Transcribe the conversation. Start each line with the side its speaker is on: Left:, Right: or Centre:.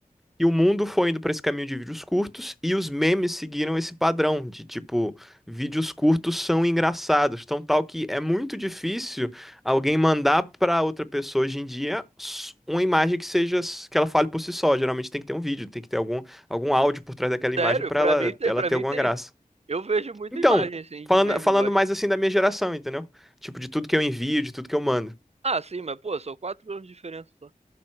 Centre: E o mundo foi indo para esse caminho de vídeos curtos e os memes seguiram esse padrão de tipo, vídeos curtos são engraçados, tão tal que é muito difícil alguém mandar para outra pessoa hoje em dia s- uma imagem que seja s- que ela fale por si só. Geralmente tem que ter um vídeo, tem que ter algum algum áudio por trás daquela imagem
Right: Sério,
Centre: para
Right: pra
Centre: ela
Right: mim, tem-
Centre: ela
Right: pra
Centre: ter
Right: mim
Centre: alguma
Right: tem.
Centre: graça.
Right: Eu vejo muita
Centre: Então,
Right: imagem, assim,
Centre: falando
Right: de meme,
Centre: falando
Right: gosto.
Centre: mais assim da minha geração, entendeu? Tipo, de tudo que eu envio, de tudo que eu mando.
Right: Ah, sim, mas, pô, são quatro anos de diferença só.